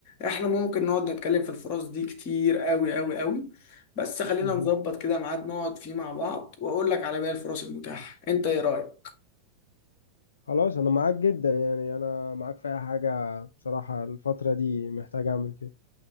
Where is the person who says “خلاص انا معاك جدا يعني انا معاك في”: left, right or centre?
Left